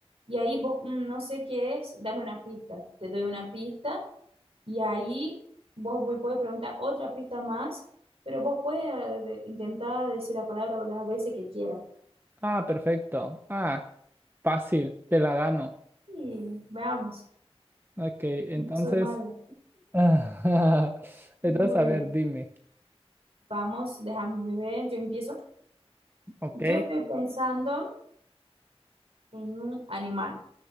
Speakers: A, on the right; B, on the right.
A: Y ahí vos, "Mm, no sé qué es, dame una pista. Te doy una pista Y ahí vos me podés preguntar otra pista más, pero vos puedes eh, intentar decir la palabra las veces que quieras.
B: Ah, perfecto. Ah, fácil, te la gano.
A: Y veamos,
B: Ok, entonces.
A: yo soy mala.
B: <laughs>
A: Muy
B: Entonces, a
A: bien,
B: ver, dime.
A: vamos, déjame ver, yo empiezo.
B: Ok,
A: Yo estoy pensando en un animal.